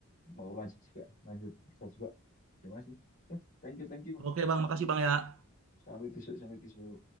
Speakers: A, on the left; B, on the right.
A: mau lanjut juga, lanjut kerja juga. Terima kasih. Ya, thank you, thank you.
B: Oke bang, makasih bang ya.
A: Sampai besok, sampai besok.